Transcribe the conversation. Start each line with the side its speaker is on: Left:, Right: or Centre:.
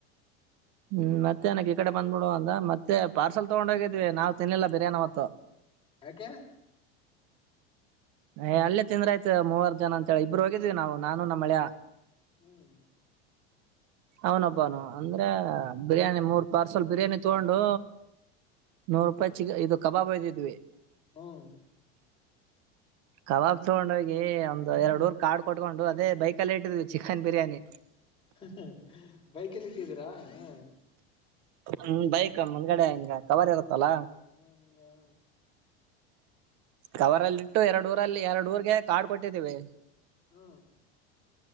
Right: ಹ್ಮ್ ಮತ್ತೆ ಎನಕ ಈ ಕಡೆ ಬಂದಬಿಡು ಅಂದ ಮತ್ತೆ ಪಾರ್ಸಲ್ ತಗೊಂಡ ಹೋಗತಿ ನಾವ್ ತಿನ್ನಲಿಲ್ಲ ಬಿರಿಯಾನಿ ಅವತ್ತು
Left: ಯಾಕೆ <inaudible>
Right: ಏ ಅಲ್ಲೇ ತಿಂದ್ರ ಆಯ್ತ ಮೂವರ ಜನ ಅಂತ ಹೇಳಿ ಇಬ್ಬರ ಹೋಗಿದೀವಿ ನಾನು ನಮ್ಮ ಅಳಿಯ
Left: ಹ್ಮ್
Right: ಅವನೊಬ್ಬೂನು ಅಂದ್ರೆ ಬಿರಿಯಾನಿ ಮೂರ್ ಪಾರ್ಸಲ್ ಬಿರಿಯಾನಿ ತೊಂಡು ನೂರ ರೂಪಾಯಿ ಚಿಕ್ಕ ಕಬಾಬ್ ವೈದಿದ್ವಿ
Left: ಹ್ಮ್
Right: ಕಬಾಬ್ ತೊಗೊಂಡ ಹೋಗಿ ಒಂದ್ ಎರಡ ಊರ್ ಕಾರ್ಡ್ ಕೊಟ್ಕೊಂಡು ಅದೇ ಬೈಕಲ್ಲೆ ಇಟ್ಟಿದ್ವಿ ಚಿಕನ್ ಬಿರಿಯಾನಿ
Left: ಹ ಬೈಕಲ್ಲಿ ಇಟ್ಟಿದ್ದೀರಾ ಹ್ಮ್
Right: ಹ್ಮ ಬೈಕ್ ಮುಂದಗಡೆ ಹಿಂಗ ಕವರ್ ಇರುತ್ತಲ್ಲ.
Left: ಹ್ಮ್
Right: ಕವರ್ ಅಲ್ಲಿಟ್ಟು ಎರಡ್ ಊರಲ್ಲಿ ಎರಡು ಊರ್ಗೆ ಕಾರ್ಡ್ ಕೊಟ್ಟಿದ್ದೀವಿ.
Left: ಹ್ಮ